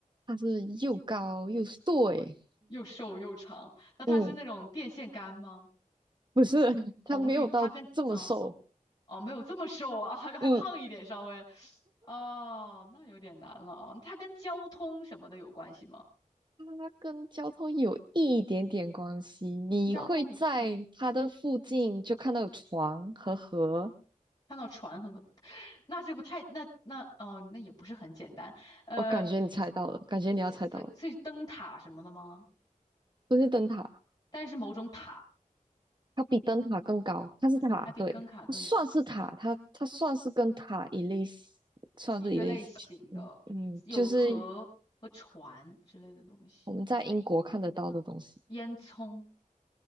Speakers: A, on the right; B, on the left.
A: 它是又高又瘦，诶，
B: 又瘦又长。那它是那种电线杆吗？
A: 嗯，不是，<laughs>
B: 红绿，
A: 它没有到这么瘦，
B: 它跟啊哦没有这么瘦啊，还还胖一点稍微。
A: 嗯。
B: 哦，那有点难了啊。它跟交通什么的有关系吗？
A: 它跟交通有一点点关系，你会在它的附近就看到有床和河，
B: 交通有意，看到船和，<laughs> <sucks teeth> 那这不太那那哦，那也不是很简单。呃，
A: 我感觉你猜到了，感觉你要猜到了，
B: 所以所以灯塔什么的吗？
A: 不是灯塔，
B: 但是某种塔
A: 它比灯塔更高，它是塔，
B: 还比灯塔更
A: 对，它算是塔，它它算是跟塔一类似，算是一类似，
B: 一个类型的，
A: 嗯嗯，
B: 有河和船之类的东西。
A: 就是我们在英国看得到的东西，
B: 烟囱，